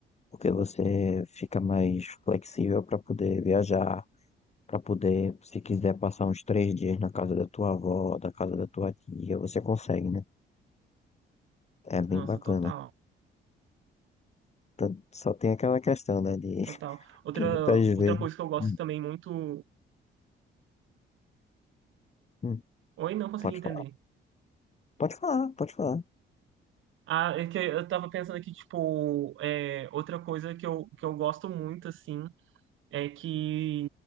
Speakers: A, on the left; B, on the right.
A: porque você fica mais flexível para poder viajar, para poder, se quiser passar uns três dias na casa da tua avó, da casa da tua tia, você consegue, né? É bem
B: Nossa,
A: bacana.
B: total,
A: Então, Só tem aquela questão, né, de
B: total.
A: <laughs>
B: Outra,
A: que muitas
B: outra
A: vezes.
B: coisa que eu gosto
A: Hum,
B: também muito.
A: hum,
B: Oi, não consegui
A: pode
B: entender.
A: falar, pode falar, pode falar.
B: Ah, é que eu tava pensando aqui, tipo, é, outra coisa que eu, que eu gosto muito, assim, é que,